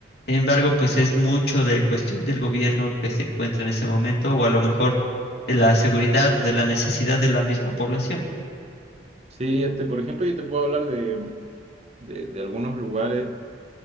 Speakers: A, on the left; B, on the right.
A: Sin embargo, pues es mucho de cuestión del gobierno que se encuentra en ese momento o a lo mejor de la seguridad o de la necesidad de la misma población.
B: Sí, este, por ejemplo, yo te puedo hablar de, de, de algunos lugares